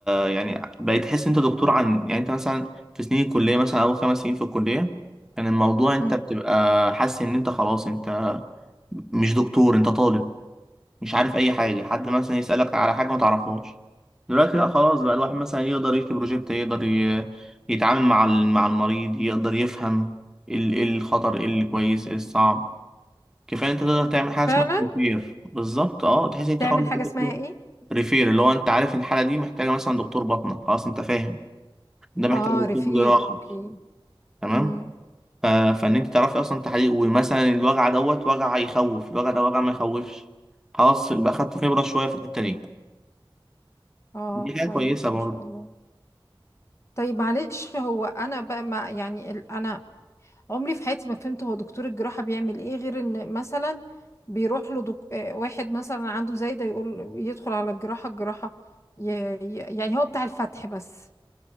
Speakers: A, in the centre; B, on the left.
A: يعني بقيت تحس انت دكتور عن يعني انت مثلا في سنين الكليه مثلا اول خمس سنين في الكليه كان الموضوع انت
B: مم.
A: بتبقى حاسس ان انت خلاص انت مش دكتور انت طالب مش عارف اي حاجه حد مثلا يسالك على حاجه ما تعرفهاش دلوقتي لا خلاص بقى الواحد مثلا يقدر يكتب بروجكت يقدر ي- يتعامل مع ال- مع المريض يقدر يفهم ال- ايه الخطر ايه اللي كويس ايه الصعب كفايه انت تقدر تعمل حاجه اسمها
B: فعلا
A: ريفير بالظبط اه تحس ان انت
B: تعمل
A: خلاص
B: حاجة اسمها ايه
A: ريفير اللي هو انت عارف ان الحاله دي محتاجه مثلا دكتور باطنه خلاص انت فاهم ده محتاج
B: اه
A: دكتور
B: ريفير
A: جراحه
B: اوكي
A: تمام
B: امم
A: ف- فان انت تعرفي اصلا تحقيق ومثلا الوجع دوت وجع يخوف الوجع ده وجع ما يخوفش خلاص يبقى اخدت خبره شويه في الحته دي
B: اه
A: دي
B: كويس
A: حاجة كويسة برضه
B: ما شاء الله طيب معلش هو انا بقى ما يعني ال- انا عمري في حياتي ما فهمت هو دكتور الجراحة بيعمل ايه غير ان مثلا بيروح له دك... آه، واحد مثلا عنده زي ده يقول يدخل على الجراحة الجراحة ي... ي... يعني هو بتاع الفتح بس